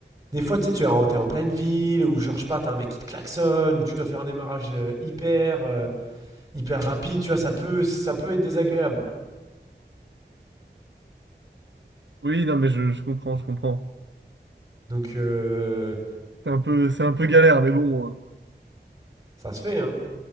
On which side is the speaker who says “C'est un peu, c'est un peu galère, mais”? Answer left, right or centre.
Right